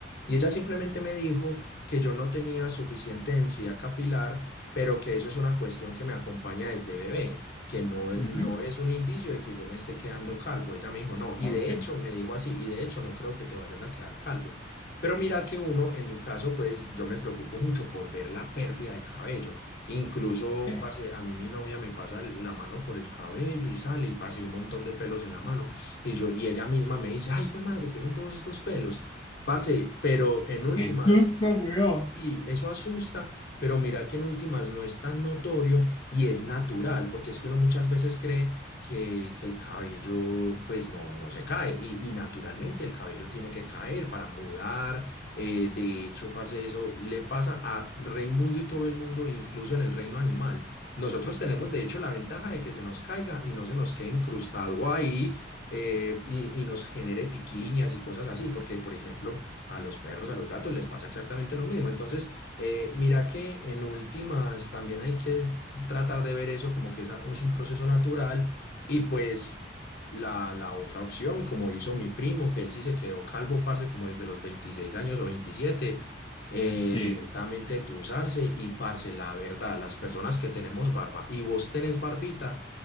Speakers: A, on the left; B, on the left.
A: Y ella simplemente me dijo que yo no tenía suficiente densidad capilar, pero que eso es una cuestión que me acompaña desde bebé que no, e-
B: Ujú.
A: no es un indicio de que yo me esté quedando calvo. Ella me dijo, no, y
B: Ok.
A: de hecho me dijo así, y de hecho no creo que te vayas a quedar calvo. Pero mira que uno, en mi caso, pues yo me preocupo mucho por ver la pérdida de cabello. Incluso,
B: Eh,
A: parce, a mí mi novia me pasa el- la mano por el cabello y sale y, parce, un montón de pelos en la mano. Y yo, y ella misma me dice, ay, güey madre, ¿qué son todos estos pelos? Parce, pero en últimas,
B: Qué susto, weón.
A: y eso asusta, pero mira que en últimas no es tan notorio y es natural, porque es que uno muchas veces cree que, que el cabello pues no, no se cae y, y naturalmente el cabello tiene que caer para mudar. eh, de hecho, parce, eso le pasa a Raimundo y todo el mundo, incluso en el reino animal. Nosotros tenemos de hecho la ventaja de que se nos caiga y no se nos quede incrustado ahí. eh, y, y nos genere piquiñas y cosas así, porque por ejemplo, a los perros, a los gatos les pasa exactamente lo mismo. Entonces, eh, mira que en últimas también hay que tratar de ver eso como que es, a- es un proceso natural y pues la, la otra opción, como hizo mi primo, que él sí se quedó calvo, parce, como desde los 26 años o veintisiete eh,
B: Sí,
A: directamente tusarse y parce, la verdad, las personas que tenemos barba y vos tenés barbita,